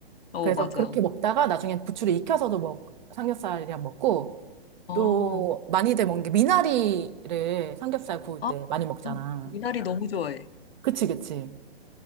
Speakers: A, on the left (about 70°); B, on the right (about 45°).
A: 어,
B: 그래서
A: 맞아.
B: 그렇게 먹다가 나중에 부추를 익혀서도 먹 삼겹살이랑 먹고
A: 어,
B: 또 많이들 먹는 게 미나리를 삼겹살 구울
A: 아,
B: 때 많이 먹잖아.
A: 음, 미나리 너무 좋아해.
B: 그치, 그치.